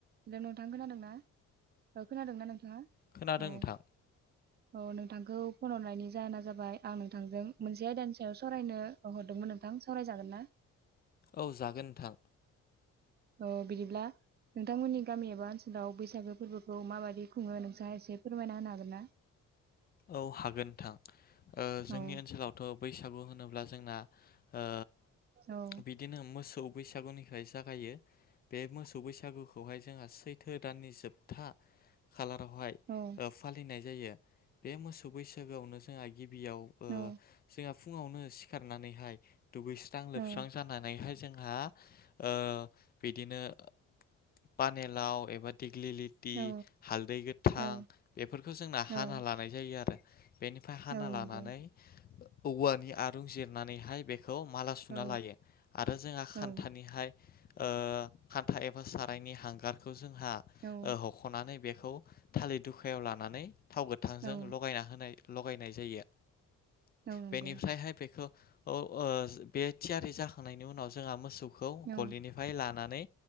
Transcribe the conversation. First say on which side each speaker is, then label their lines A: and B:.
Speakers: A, on the right (about 35°); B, on the left (about 30°).
A: Hello नोंथाङा खोनादोंनाा औ खोनादोंना नोंथाङा?
B: खोनादों
A: औ।
B: नोंथां
A: औ नोंथांखौ फन हरनायनि जाहोना जाबाय आं नोंथांजों मोनसे आयदानि सायाव सावरायनो हरदोंमोन नोंथां सावरायजागोन ना?
B: औ जागोन नोंथां।
A: अ बिदिब्ला नोंथांमोननि गामि एबा ओनसोलाव बैसागो फोरबोखौ माबायदि खुङो नोंसाङा एसे फोरमायना होनो हागोन ना?
B: औ हागोन नोंथां। ओ जोंनि
A: औ
B: ओनसोलावथ' बैसागु होनोब्ला जोंना ओ
A: औ
B: बिदिनो मोसौ बैसागुनिफ्राय जागायो बे मोसौ बैसागुखौहाय जोंहा सैथो दाननि जोबथा खालारावहाय
A: औ
B: ओ फालिनाय जायो। बे मोसौ बैसागोआवनो जोंहा गिबियाव ओ
A: औ
B: जोंहा फुङावनो सिखारनानैहाय दुगैस्रां लोबस्रां
A: औ
B: जानानैहाय जों हा ओ बिदिनो ओ पानि लाव एबा दिग्लिलिटि
A: औ
B: हालदै गोथां
A: औ
B: बेफोरखौ जोंना हाना
A: औ
B: लानाय जायो आरो। बेनिफ्राय हाना
A: औ नंगौ
B: लानानै औवानि आरुं जिरनानैहाय बेख खौ माला सुना
A: औ
B: लायो आरो जोंहा
A: औ
B: खान्थानिहाय ओ खान्था एबा सारायनि हांगारखौ जोंहा
A: औ
B: ओ हख'नानै बे खौ थालिर दुखायाव लानानै थाव गोथांजों
A: औ
B: लगायना होनाय लगायनाय जायो
A: औ नंगौ
B: बेनिफ्रायहाय बेखौ। ओ-बे थियारि जाखांनायनि उनाव जोंहा मोसौखौ
A: औ
B: गलिनिफ्राय लानानै।